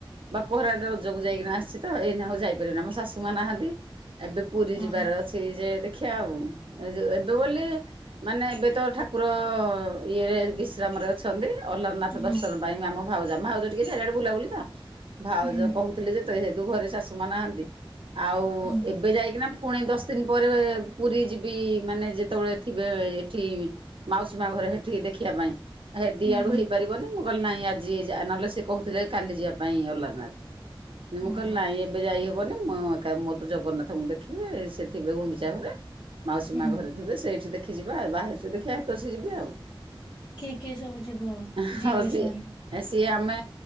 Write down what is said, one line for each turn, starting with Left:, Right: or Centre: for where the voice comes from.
Right: ବାପ ଘରେ ଏବେ ରଜକୁ ଯାଇକିନା ଆସିଛି ତ ଏଇନେ ଆଉ ଯାଇପାରିବନି ମୋ ଶାଶୁମା ନାହାନ୍ତି ଏବେ ପୁରୀ
Left: ଅହଁ
Right: ଯିବାର ଅଛି ଯେ ଦେଖିବା ଆଉ ଯେ ଏବେ ବୋଲି ମାନେ ଏବେ ତ ଠାକୁର ଇଏରେ ବିଶ୍ରାମରେ ଅଛ ଅଛନ୍ତି ଅଲାରନାଥ
Left: ହୁଁ
Right: ଦର୍ଶନ ପାଇଁ ଆମ ଭାଉଜା ଆମ ଭାଉଜ ଟିକେ ଚାରିଆଡେ ବୁଲାବୁଲି ତ ଭାଉଜ
Left: ହୁଁ
Right: କହୁ ଥିଲେ ଯେହେତୁ ଘରେ ଶାଶୁ ମା ନାହାନ୍ତି ଆଉ
Left: ହୁଁ
Right: ଏବେ ଯାଇକିନା ଫୁଣି ଦଶ ଦିନ ପରେ ପୁରୀ ଯିବି ମାନେ ଯେତେବେଳେ ଥିବେ ଏଠି ମାଉସୀ ମା ଘରେ ହେଠିକି ଦେଖିବା ପାଇଁ ହେ ଦିଆଡୁ
Left: ହୁଁ ହୁଁ
Right: ହେଇପାରିବନି ମୁଁ କହିଲି ନାଇଁ ଆଜି ଯା ନହେଲେ ସେ କହୁଥିଲେ କାଲି ଯିବା ପାଇଁ। ପାଇଁ ଅଲନାଥ, ମୁଁ
Left: ଓହୋ
Right: କହିଲି ନାହିଁ ଏବେ ଯାଇ ହେବନି ମୋ ମୁଁ ଏକା ମୁଁ ତ ଜଗନ୍ନାଥଙ୍କୁ ଦେଖିବେ ସେ ଥିବେ ଗୁଣ୍ଡିଚା ଘରେ ମାଉସୀମା
Left: ହୁଁ
Right: ଘରେ। ଯିବେ ସେଇଠି ଦେଖି ଯିବା ଆଉ ବାହାରାରୁଛୁ ଦେଖିବା ହାତସ ଯିବେ ଆଉ।
Left: କିଏ କିଏ ସବୁ ଯିବ
Right: ହଉ
Left: ଯିବେ
Right: ସିଏ
Left: ସେମାନେ?
Right: ସିଏ ଆମେ